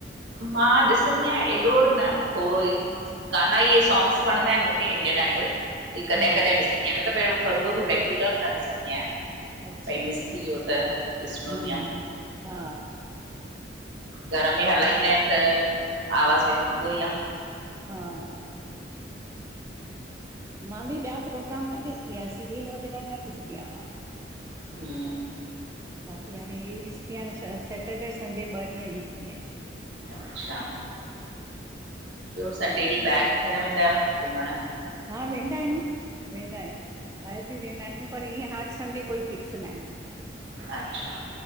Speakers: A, on the right; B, on the right.
A: मां ॾिसंदी आयां एॾो न, थोरो ई
B: अच्छा
A: ॻाना इहे सॉन्ग्स।
B: अच्छा
A: वणंदा इनि मुखे इंडियन- आइडल, ते कॾहिं
B: हा
A: कॾहिं ॾिसंदी आयां। त पहिरुं हरु भरु रेग्युलर न ॾिसंदी आयां।
B: अच्छा
A: भाई मिस थी यो त, ॾिसणो
B: हम्म
A: ई आ।
B: हा
A: घर में हलाईंदा
B: बा
A: इनि त आवाज़ वेंन ईंदो ई आ।
B: हा। मां बि ॿया प्रोग्राम न ॾिसदी आं सीरियल वगैर न ॾिसदी आ मां।
A: हिम।
B: बाक़ी हाणे हे ॾिस्दी आयां, श सैटरडे- संडे ॿ ॾींहं ॾिस्दी आयां।
A: अच्छा! ॿियो संडे ॾींहुं ॿाहिरि किथे न वेंदा आहियो। घुमण?
B: हा वेंदा आहियूं, वेंदा आहियूं। ॿाहिरि बि वेंदा आहियूं पर ईअं हर संडे कोई फ़िक्स नाहे।
A: अच्छा।